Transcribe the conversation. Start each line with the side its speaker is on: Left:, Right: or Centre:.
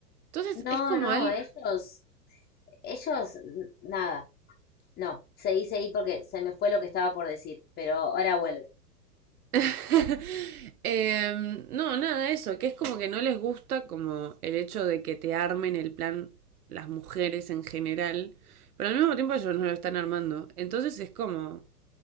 Right: Entonces
Left: No,
Right: es como
Left: no,
Right: algo,
Left: ellos, ellos, n- nada, no, seguí, seguí porque se me fue lo que estaba por decir, pero ahora vuelve.
Right: <laughs> Em, no, nada, eso, que es como que no les gusta como el hecho de que te armen el plan las mujeres en general, pero al mismo tiempo ellos no lo están armando. Entonces es como,